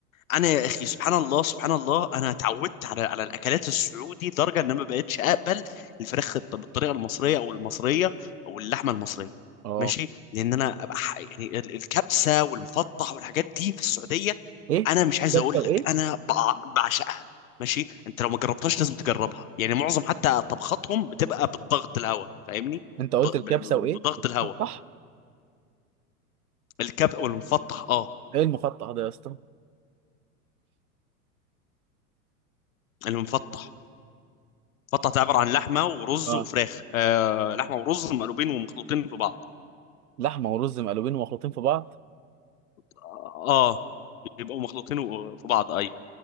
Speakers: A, on the left; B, on the right.
A: انا يا اخي سبحان الله سبحان الله انا اتعودت على على الاكلات السعودي لدرجه ان أنا ما بقتش اقبل الفراخ الط- بالطريقه المصريه او المصريه او اللحمه المصريه
B: اه
A: ماشي لان انا أبقى ح- يعني ال- الكبسه والمفطح والحاجات دي في السعوديه
B: ايه
A: انا مش عايز
B: كبسة
A: اقول
B: وايه
A: لك انا بع- بعشقها ماشي انت لو ما جربتهاش لازم تجربها يعني معظم حتى طبخاتهم بتبقى بالضغط الهواء فاهمني
B: انت قلت
A: ب-
B: الكبسة
A: ب-
B: وايه
A: بضغط
B: المفتح
A: الهواء الكبسه والمفطح اه
B: ايه المفتح ده يا اسطى
A: المفطح بطه تعبر عن لحمه ورز
B: اه
A: وفراخ آه لحمه ورز مقلوبين ومخلوطين في بعض
B: لحمة ورز مقلوبين ومخلوطين في بعض
A: اه آه، يبقوا مخلوطين و- في بعض ايوه